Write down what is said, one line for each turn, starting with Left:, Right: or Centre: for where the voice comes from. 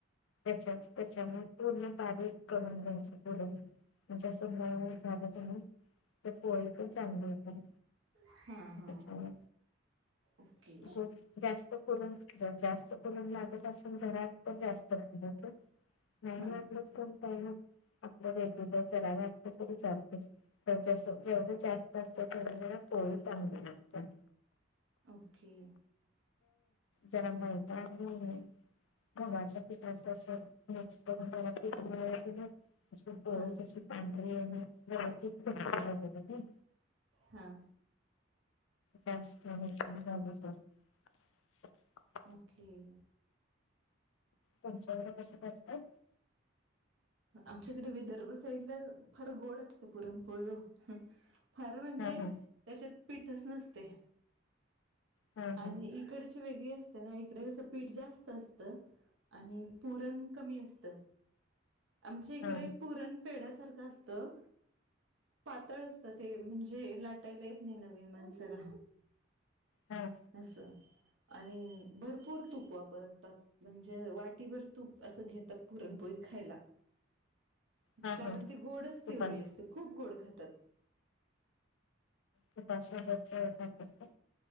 Left: त्याचा त्याच्यामुळे पूर्ण गार करून घ्यायच ते पुरण. म्हणजे असं नरम झालं तर ती पोळी पण चांगली होते.
Right: हा हा...
Left: त्याच्यामुळे
Right: ओके...
Left: गो- जास्त पुरण जास्त पुरण लागत असल घरात पण जास्त- नाही
Right: हां
Left: ना आपलंच कोणता ही- आपलं रेग्युर घालते असलं तरी चालते जस जेवढं जास्त असत तेवढ तरी चांगला लागतं.
Right: ओके...
Left: जरा बोलता- घरच्या पीठाच कस मिक्स करून जरा पीठ मिळवला की नई- तशी पोळी
Right: हां
Left: पांढरी आणि व्यवस्थित लाटली जाते ती.
Right: हा...
Left: जास्त मिल्की झाले तर-
Right: ओके
Left: तुमच्या कडे कशी करतात?
Right: आमच्याकडे विदर्भ साईड ला फार गोड असते पुरणपोळी. फार म्हणजे
Left: हा हा
Right: त्याच्यात पीठच नसते
Left: हा हा
Right: आणि इकडचे- वेगळे असते ना इकडे कस पीठ जास्त असत आणि पुरण कमी असत. आमच्या इकडे
Left: हा
Right: पुरण पेढ्या सारखं असतं- पातळ असत ते म्हणजे लाटायला येत नाही नवीन माणसाला.
Left: हा
Right: अस.. आणि भरपूर तूप वापरतात म्हणजे वाटीभर तूप असं घेतात पुरण पोळी वर- <unintelligible> खायला.
Left: हा
Right: कारण
Left: हा
Right: ती गोडच तेवढी
Left: तुपास
Right: असते खूप गोड खातात.
Left: खूप असं रोजचं खातात काय?